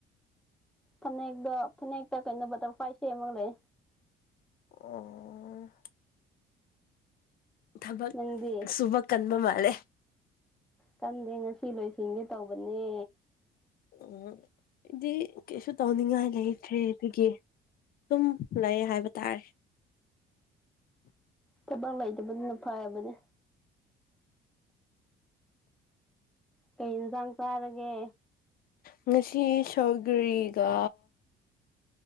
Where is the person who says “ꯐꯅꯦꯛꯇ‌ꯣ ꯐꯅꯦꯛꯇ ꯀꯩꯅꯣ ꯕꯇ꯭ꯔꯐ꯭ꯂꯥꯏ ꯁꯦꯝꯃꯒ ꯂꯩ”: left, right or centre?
Centre